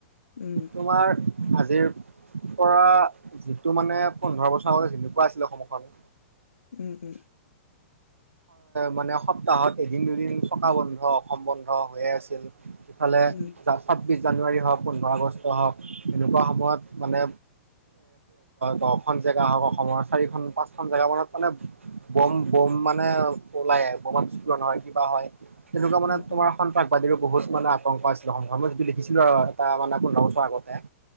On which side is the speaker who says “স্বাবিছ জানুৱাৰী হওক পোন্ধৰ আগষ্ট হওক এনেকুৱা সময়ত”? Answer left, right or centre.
Right